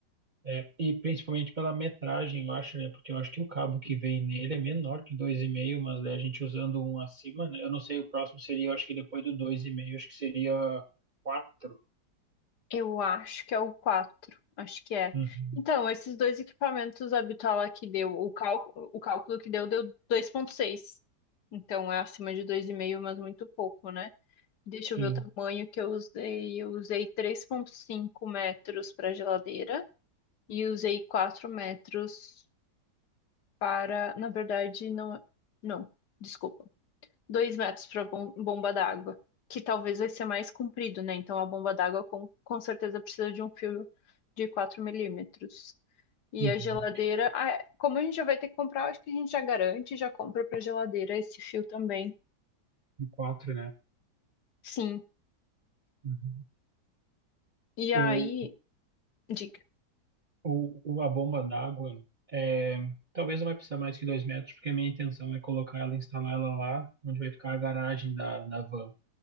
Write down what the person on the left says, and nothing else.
Eu acho que é o quatro acho que é.
Então, esses dois equipamentos, a bitola que deu, o cálculo, o cálculo que deu deu 2,6. Então, é acima de 2,5, mas muito pouco, né? Deixa
eu ver o tamanho que eu usei. Eu usei 3,5 metros para geladeira. e usei 4 metros para. Na verdade, não. Não, desculpa. dois metros para bom, bomba d'água, que talvez vai ser mais comprido, né? Então a bomba d'água com, com certeza precisa de um fio de 4 milímetros. E
a geladeira, ah, é, como a gente já vai ter que comprar, acho que a gente já garante, já compra para geladeira esse fio também.
Sim.
E
aí, dica.